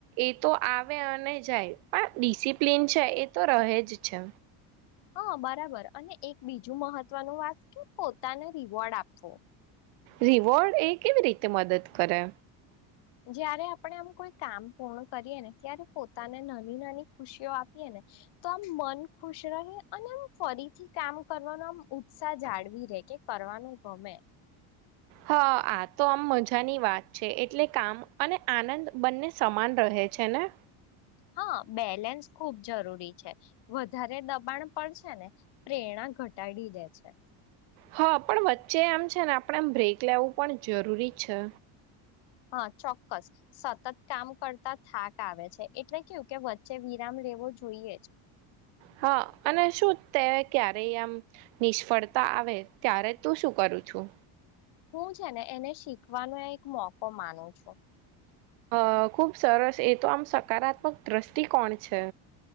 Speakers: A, on the right; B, on the left.
A: એ તો આવે અને જાય પણ ડિસિપ્લન છે એ તો રહે જ છે.
B: હા બરાબર અને એક બીજું મહત્વનું વાત કે પોતાને રિવોર્ડ આપવો.
A: રિવોર્ડ એ કેવી રીતે મદદ કરે?
B: જયારે આપણે આમ કોઈ કામ પૂર્ણ કરીએ ને ત્યારે પોતાને નાની નાની ખુશીઓ આપી એને તો આમ મન ખુશ રહે અને આ ફરીથી કામ કરવાનો આમ ઉત્સાહ જાળવી રે કે કરવાનું ગમે.
A: હા આ તો આમ મજાની વાત છે એટલે કામ અને આનંદ બંને સમાન રહે છે. ને
B: હા બેલેન્સ ખૂબ જરૂરી છે, વધારે દબાણ પડશે ને પ્રેરણા ઘટાડી દે છે.
A: હા પણ વચ્ચે આમ છે ને આપણેમ બ્રેક લેવું પણ જરૂરી છે.
B: હા ચોક્કસ સતત કામ કરતા થાક આવે છે એટલે કેવુકે વચ્ચે વિરા મ લેવો જોઈએ જ.
A: હા અને શું તે ક્યારે આમ નિષ્ફળતા આવે ત્યારે તું શું કરું છું?
B: હું છે ને એને શીખવાનો એક મોકો માનું છું.
A: અ ખુબ સરસ એ તો આમ સકારાત્મક દ્રષ્ટિ કોણ છે.